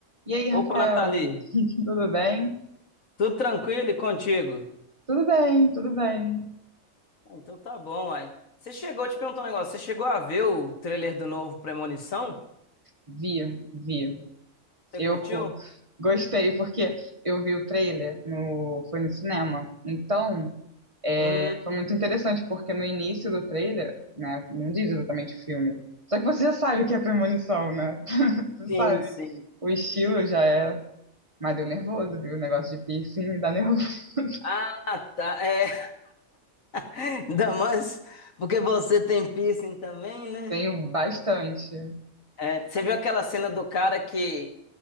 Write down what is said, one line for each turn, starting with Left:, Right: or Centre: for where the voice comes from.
Right: E aí, Rafael,
Left: Opa, Nathalie,
Right: <laughs> tudo bem?
Left: tudo tranquilo e contigo?
Right: Tudo bem, tudo bem.
Left: Ah, Então tá bom, uai. Você chegou, te perguntar um negócio, você chegou a ver o trailer do novo Premonição?
Right: Vi, vi.
Left: Você
Right: Eu
Left: curtiu?
Right: gostei porque eu vi o trailer no, foi no cinema. Então, é,
Left: Hum,
Right: foi muito interessante porque no início do trailer, né, não diz exatamente o filme. Só que você já sabe o que é premonição, né? <laughs> Você
Left: sim,
Right: sabe.
Left: sim.
Right: O estilo já é, mas deu nervoso, viu? O negócio de piercing me dá nervoso. <laughs>
Left: Ah, tá, é, <laughs> ainda mais porque você tem piercing também, né?
Right: Tenho bastante.
Left: É, você viu aquela cena do cara que,